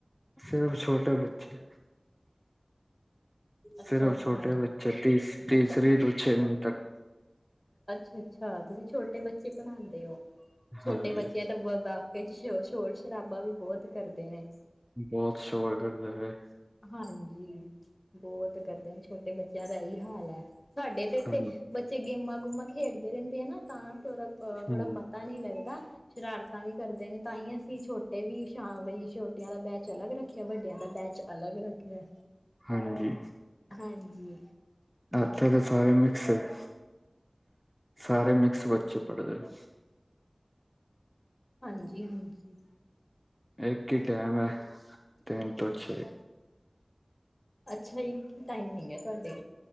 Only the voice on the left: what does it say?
ਅੱਛਾ
ਅੱਛਾ
ਅੱਛਾ
ਅੱਛਾ-ਅੱਛਾ, ਤੁਸੀਂ ਛੋਟੇ ਬੱਚੇ ਪੜ੍ਹਾਉਂਦੇ ਹੋ, ਛੋਟੇ
ਬੱਚਿਆਂ ਵਾਕੇ ਚ, ਸ਼ੋਰ ਸ਼ਰਾਬਾ ਵੀ ਬਹੁਤ, ਕਰਦੇ ਨੇ
ਹਾਂਜੀ, ਬਹੁਤ ਕਰਦੇ ਛੋਟੇ ਬੱਚਿਆਂ ਦਾ ਇਹ ਹਾਲ ਹੈ, ਸਾਡੇ ਤੇ ਇੱਥੇ
ਬੱਚੇ ਗੇਮਾਂ ਗੇਮਾਂ ਖੇਡਦੇ ਰਹਿੰਦੇ ਆ ਨਾ, ਤਾਂ ਥੋੜ੍ਹਾ
ਪਤਾ ਨਹੀਂ ਲੱਗਦਾ ਸ਼ਰਾਰਤਾਂ ਵੀ ਕਰਦੇ ਨੇ, ਤਾਂ ਹੀ ਅਸੀਂ ਛੋਟੇ ਵੀ ਸ਼ਾਂਈ ਛੋਟਿਆਂ ਦਾ ਬੈਚ ਅਲੱਗ ਰੱਖਿਆ, ਵੱਡਿਆਂ ਦਾ ਬੈਚ ਅਲੱਗ ਰੱਖਿਆ
ਹਾਂਜੀ,
ਹਾਂਜੀ ਹਾਂਜੀ,
ਅੱਛਾ, ਇੱਕ ਟਾਈਮਿੰਗ ਹੈ ਤੁਹਾਡੇ,